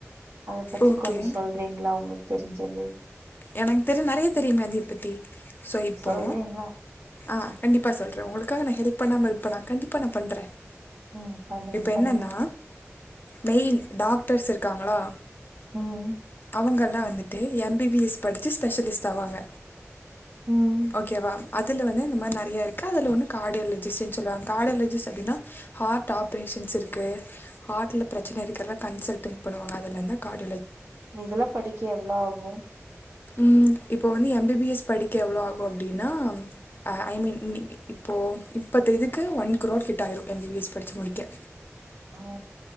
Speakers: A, on the right; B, on the left.
A: அத பத்தி
B: ஓகே
A: கொஞ்ச சொல்றீங்ளா உங்களுக்கு தெரிஞ்சது
B: எனக்கு தெரியு நெறைய தெரியுமே அதயுபத்தி சோ இப்போ
A: சொல்றீங்களா
B: ஆ கண்டிப்பா சொல்றே உங்களுக்காக நா ஹெல்ப் பண்ணாம இருப்பனா கண்டிப்பா நா பண்றே
A: ம் பண்ணுங்க
B: இப்ப
A: பண்ணுங்க
B: என்னன்னா மெயின் டாக்டர்ஸ் இருக்காங்களா
A: ம்
B: அவுங்கள் தா வந்துட்டு எம் பி பி எஸ் படிச்சு ஸ்பெஷலிஸ்ட் ஆவாங்க
A: ம்
B: ஓகேவா அதுல வந்து இந்த மாரி நெறையா இருக்கு அதுல ஒன்னு கார்டியாலஜிஸ்டுன் சொல்லுவாங்க கார்டியாலஜிஸ்ட் அப்டினா ஹார்ட் ஆப்ரேஷன் ஸ் இருக்கு ஹார்ட்ல பிரச்சன இருக்கிறலா கன்சல்ட்டிங் பண்ணுவாங்க அதுல இருந்து கார்ட்
A: இதுலா படிக்க எவ்ளோ ஆகு
B: ம் இப்போ வந்து எ பி பி எஸ் படிக்க எவ்ளோ ஆகு அப்டினா அ ஐ மீன் இன்னக் இப்போ போ இப்பத் தேதிக்கு ஒன் க்ரோர் கிட்ட ஆய்ரு எம் பி பி எஸ் படிச்சு முடிக்க
A: ஆ